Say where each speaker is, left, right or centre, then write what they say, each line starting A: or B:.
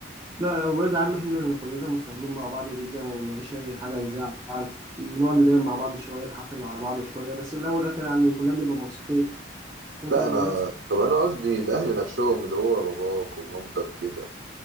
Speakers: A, on the right (about 15°); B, on the right (about 65°).
A: لا اولاد عم احنا كلنا متفاهمين مع بعض جدا مفيش اي حاجه نزعل بنقعد نضايق مع بعض شويه نحفل على بعض شويه بس في الاول والاخر يعني كلنا بنبقى مبسوطين
B: لا
A: انت برضه
B: انا
A: بنفسك
B: طب انا قصدي الاهل نفسهم اللي هو باباك ومامتك كده